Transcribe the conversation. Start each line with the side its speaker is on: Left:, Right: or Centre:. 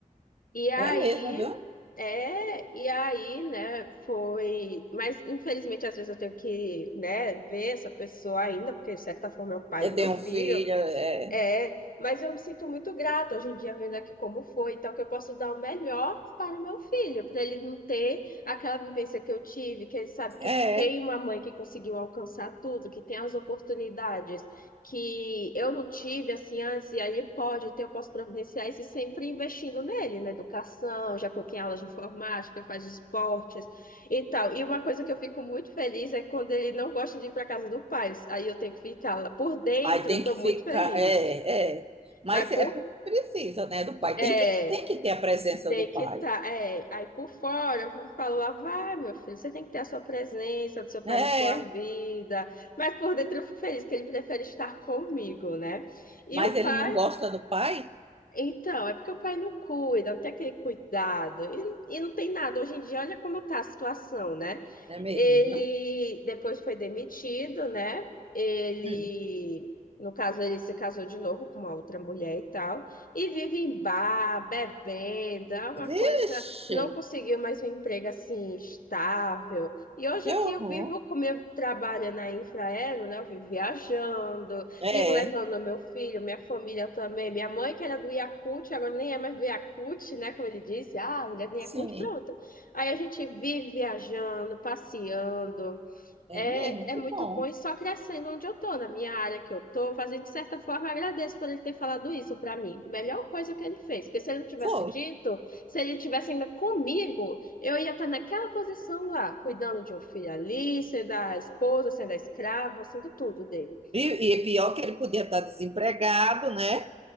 Left: E aí,
Right: É mesmo, viu?
Left: é, e aí, né, foi. Mas, infelizmente, às vezes eu tenho que, né, ver essa pessoa ainda, porque, de certa forma, é o pai
Right: Eu
Left: do meu
Right: tenho
Left: filho.
Right: um filho, é.
Left: É, mas eu me sinto muito grata hoje em dia vendo aqui como foi, então que eu posso dar o melhor para o meu filho, para ele não ter aquela vivência que eu tive, que ele sabe que
Right: É.
Left: tem uma mãe que conseguiu alcançar tudo, que tem as oportunidades que eu não tive assim antes, e aí ele pode ter, eu posso providenciar isso e sempre investindo nele, na educação, já coloquei em aulas de informática, faz esportes e tal. E uma coisa que eu fico muito feliz é quando ele não gosta de ir para casa do pai, aí eu tenho que ficar lá por dentro,
Right: Aí tem
Left: eu estou
Right: que
Left: muito
Right: ficar.
Left: feliz.
Right: É, é. Mas
Left: Mas
Right: é
Left: por,
Right: por- precisa, né? Do pai.
Left: é,
Right: Tem que, tem que ter a presença
Left: tem
Right: do pai.
Left: que estar. é, aí por fora, eu vou falar, vai, meu filho, você tem que ter a sua presença do seu pai
Right: É.
Left: na sua vida. Mas por dentro eu fico feliz que ele prefere estar comigo, né? E
Right: Mas
Left: o
Right: ele
Left: pai.
Right: não gosta do pai?
Left: Então, é porque o pai não cuida, não tem aquele cuidado. Ele, e não tem nada. Hoje em dia, olha como está a situação, né?
Right: É mesmo,
Left: Ele
Right: viu?
Left: depois foi demitido, né? Ele,
Right: Hum.
Left: no caso, ele se casou de novo com uma outra mulher e tal. E vive em bar, bebendo, é uma
Right: Vixe,
Left: coisa. Não conseguiu mais um emprego assim estável. E hoje
Right: que
Left: aqui
Right: horror.
Left: eu vivo, como eu trabalho na Infraero, né? Eu vivo viajando,
Right: É,
Left: Vivo levando meu filho, minha família também. Minha mãe, que era do Yakult, agora nem é mais do Yakult, né? Como ele disse, ah, a mulher do Yakult,
Right: sim,
Left: pronto. Aí a gente vive viajando, passeando.
Right: é
Left: É,
Right: mesmo, que
Left: é muito
Right: bom.
Left: bom e só crescendo onde eu tô, na minha área que eu tô, fazendo de certa forma, agradeço por ele ter falado isso pra mim. Melhor coisa que ele fez, porque se ele não tivesse
Right: Foi.
Left: dito, se ele tivesse ainda comigo, eu ia estar naquela posição lá, cuidando de um filho ali, sendo a esposa, sendo a escrava, sendo tudo dele.
Right: E, e é pior que ele podia estar desempregado, né?